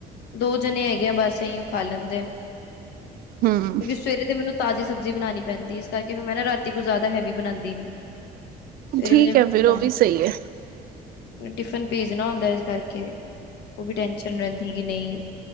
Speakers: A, on the left (about 80°); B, on the right (about 60°).
A: ਦੋ ਜਣੇ ਹੈਗੇ ਆ ਬਸ ਅਈ ਓ ਖਾ ਲੈਂਦੇ ਐ,
B: ਹਮ
A: ਕਿਉਂਕਿ ਸਵੇਰੇ ਦੇ ਮੈਨੂੰ ਤਾਜ਼ੀ ਸਬਜ਼ੀ ਬਣਾਣੀ ਪੈਂਦੀ ਐ, ਇਸ ਕਰਕੇ ਮੈਂ ਨਾ ਰਾਤੀ ਕੋ ਜ਼ਿਆਦਾ ਹੈਵੀ ਬਣਾਦੀ ਨੀ। <unintelligible>
B: ਠੀਕ ਹੈ ਫਿਰ ਉਹ ਵੀ ਸਹੀ ਹੈ
A: ਟਿਫਨ ਭੇਜਣਾ ਹੁੰਦਾ ਇਸ ਕਰ ਕੇ ਉਹ ਵੀ ਟੈਸ਼ਨ ਰਹਿੰਦੀ ਕਿ ਨਹੀਂ